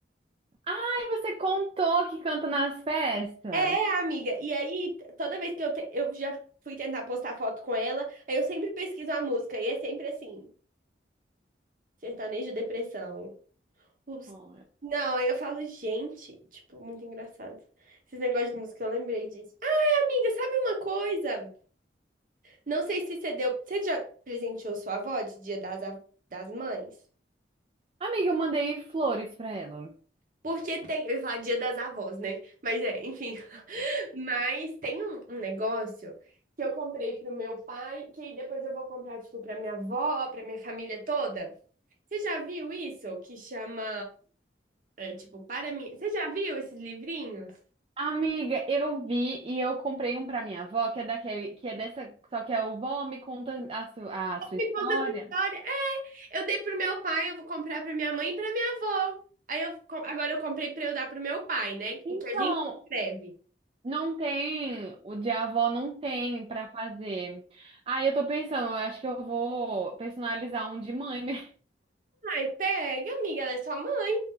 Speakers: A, on the right; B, on the right.
A: Ai, você contou que canta nas festas?
B: É, é, amiga. E aí, t- toda vez que eu, te- eu já fui tentar postar foto com ela, aí eu sempre pesquiso a música e é sempre assim, sertanejo depressão. Os-
A: Oh, é.
B: Não, aí eu falo, gente, tipo, muito engraçado. Esses negócios de música, eu lembrei disso. Amiga, sabe uma coisa? Não sei se você deu. Você já presenteou sua avó de Dia das, Av- das Mães?
A: Amiga, eu mandei flores pra ela.
B: Porque tem. Eu ia falar Dia das Avós, né? Mas é, enfim. <laughs> Mas tem um, um negócio que eu comprei pro meu pai, que aí depois eu vou comprar, tipo, pra minha avó, pra minha família toda. Você já viu isso? Que chama. é, tipo, para mim. Você já viu esses livrinhos?
A: Amiga, eu vi e eu comprei um pra minha avó, que é daquele, que é dessa, só que é o vó me conta a, su- a sua
B: Me
A: história.
B: conta essa história. É, eu dei pro meu pai, eu vou comprar pra minha mãe e pra minha avó. Aí eu, com- agora eu comprei pra eu dar pro meu pai, né?
A: Então,
B: O que a gente escreve.
A: não tem, o de avó não tem pra fazer. Aí eu tô pensando, eu acho que eu vou personalizar um de mãe mesmo. <laughs>
B: Ai, pega, amiga, ela é sua mãe